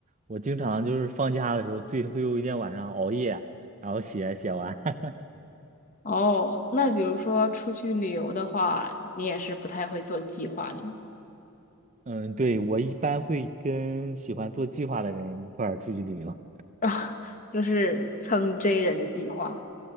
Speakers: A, on the right; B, on the left.
A: 我经常就是放假的时候，最最后一天晚上熬夜，然后写写完。<laughs>
B: 哦，那比如说出去旅游的话，你也是不太会做计划的吗，
A: 嗯，对，我一般会跟喜欢做计划的人一块儿出去旅游。<laughs>
B: <laughs> 啊，就是蹭 J 人的计划。